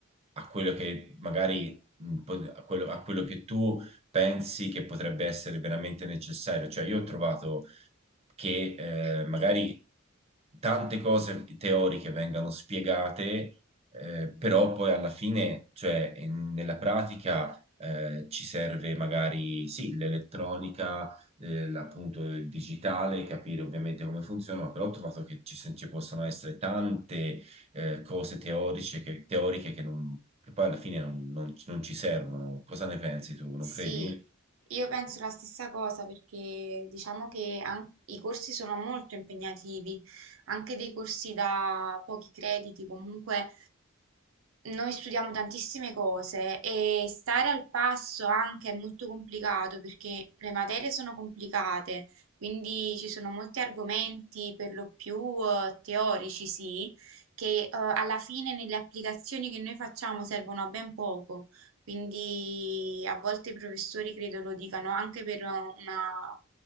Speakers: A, on the right; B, on the right.
A: a quello che magari mh, po- a quello, a quello che tu pensi che potrebbe essere veramente necessario. Cioè, io ho trovato che eh, magari tante cose teoriche vengano spiegate, eh, però poi alla fine, cioè in- nella pratica, eh, ci serve magari sì, l'elettronica eh, appunto il digitale, capire ovviamente come funziona, ma però ho trovato che ci, se- ci possono essere tante eh, cose teoriche che, teoriche che, non, che poi alla fine non, non- non ci servono. Cosa ne pensi tu?
B: Sì,
A: Non credi?
B: io penso la stessa cosa perché diciamo che an- i corsi sono molto impegnativi, anche dei corsi da pochi crediti, comunque noi studiamo tantissime cose e stare al passo anche è molto complicato perché le materie sono complicate, quindi ci sono molti argomenti per lo più eh, teorici, sì, che eh, alla fine nelle applicazioni che noi facciamo servono a ben poco quindi a volte i professori credo lo dicano anche per una